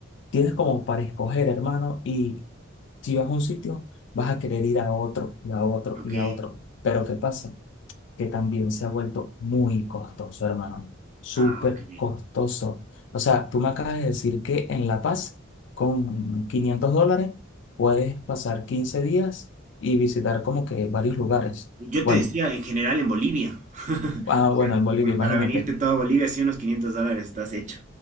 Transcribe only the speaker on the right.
Ok.
Ah, ok.
Yo
te decía, en general en Bolivia. <laughs>
Por-
para venirte todo a Bolivia, sí, unos 500 dólares estás hecho.